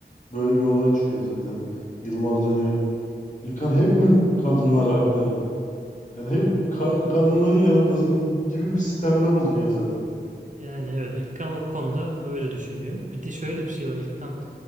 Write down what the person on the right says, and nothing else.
Yani evet İlkan o konuda öyle düşünüyor. Bir de şöyle bir şey var İlkan